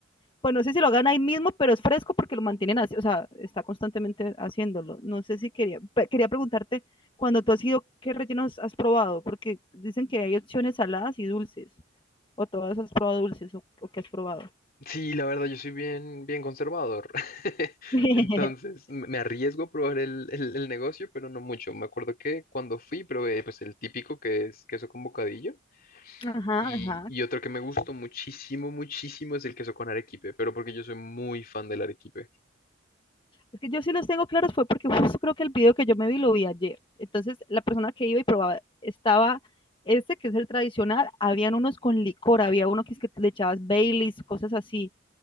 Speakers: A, on the left; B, on the left.
A: pues no sé si lo hagan ahí mismo pero es fresco porque lo mantienen así o sea está constantemente haciéndolo no sé si quería quería preguntarte cuando tú has ido qué rellenos has probado porque dicen que hay opciones saladas y dulces o todas has probado dulces o, o que has probado.
B: Sí, la verdad yo soy bien, bien conservador. <laughs>
A: <laughs>
B: Entonces m- me arriesgo a probar el, el- el negocio, pero no mucho. Me acuerdo que cuando fui probé pues el típico que es queso con bocadillo
A: Ajá,
B: y,
A: ajá.
B: y otro que me gustó muchísimo, muchísimo es el queso con arequipe, pero porque yo soy muy fan del arequipe.
A: Es que yo sí los tengo claros fue porque justo creo que el video que yo me vi lo vi ayer. Entonces la persona que iba y probaba estaba este que es el tradicional, habían unos con licor, había uno que es que le echabas Baileys, cosas así.